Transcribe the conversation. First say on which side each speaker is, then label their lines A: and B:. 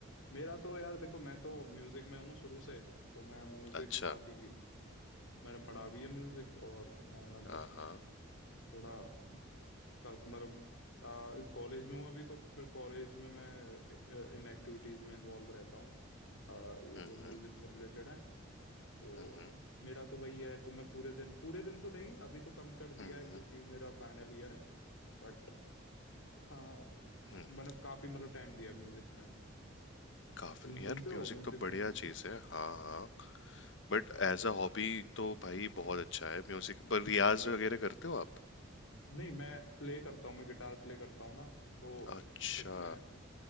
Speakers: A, on the left; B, on the left.
A: मेरा तो यार देखो मैं तो म्यूजिक में हूँ शुरू से तो मैं म्यूजिक
B: अच्छा
A: काफी मैंने पढ़ा भी है म्यूजिक और मैं मतलब
B: हाँ हाँ
A: थोड़ा का- मतलब कॉलेज में हूँ अभी तो फिर कॉलेज में मैं इन एक्टिविटीज में इन्वॉल्व रहता हूँ अ, ये
B: हम्म
A: जो म्यूजिक
B: हम्म
A: से रिलेटेड है तो
B: हम्म हम्म
A: मेरा तो वही है तो मैं पूरे दिन पूरे दिन तो नहीं अभी तो कम कर दिया
B: हम्म,
A: है क्योंकि मेरा फाइनल ईयर है बट हाँ
B: हम्म।
A: मैंने काफी मतलब टाइम दिया म्यूजिक में
B: काफी
A: तुम
B: यार
A: सुनते
B: म्यूजिक
A: हो म्यूजिक
B: तो बढ़िया
A: म्यूजिक
B: चीज है हाँ हाँ बट एज अ हॉबी तो भाई बहुत अच्छा है म्यूजिक पर रियाज वगैरह करते हो आप
A: नहीं मैं प्ले करता हूँ मैं गिटार प्ले करता हूँ ना तो
B: अच्छा
A: उसमें